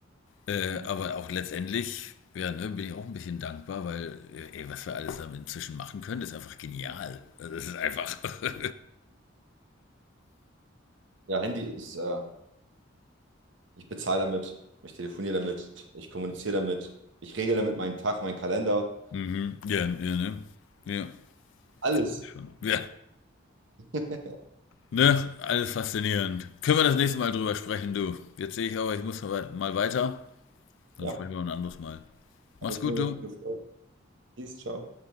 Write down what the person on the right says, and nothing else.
Mhm.
Ja, Handy ist, äh, ich bezahle damit, ich telefoniere damit, ich kommuniziere damit, ich regle damit meinen Tag, meinen Kalender,
alles.
<laughs>
Ja,
hat
mich
mega
gefreut. Peace, ciao.